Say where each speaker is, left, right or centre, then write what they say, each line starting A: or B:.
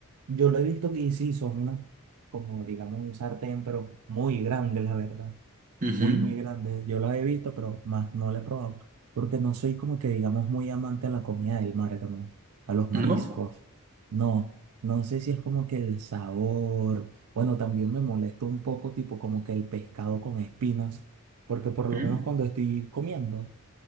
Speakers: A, on the right; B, on the right.
A: Yo lo he visto y sí, son unas, como digamos, un sartén, pero muy grande, la verdad.
B: Ujú.
A: Muy, muy grande. Yo la he visto, pero más no la he probado. Porque no soy como que, digamos, muy amante a la comida del mar, hermano, a los mariscos.
B: ¿No?
A: No, no sé si es como que el sabor. Bueno, también me molesta un poco, tipo, como que el pescado con espinas. Porque por lo
B: Ujú.
A: menos cuando estoy comiendo.